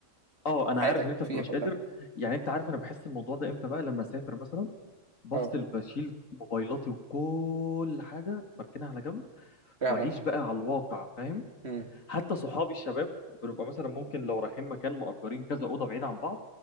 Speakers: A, on the left; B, on the right.
A: اه
B: حياتك
A: انا عارف ان انت
B: فيها
A: ما بتبقاش
B: كلها
A: قادر يعني انت عارف انا بحس الموضوع ده امتى بقى لما اسافر مثلا بفصل
B: اه
A: بشيل موبايلاتي وكل حاجه بركنها على جنب
B: فعلا
A: واعيش بقى على الواقع فاهم
B: امم
A: حتى صحابي الشباب بنبقى مثلا ممكن لو رايحين مكان مأجرين كذا اوضه بعيد عن بعض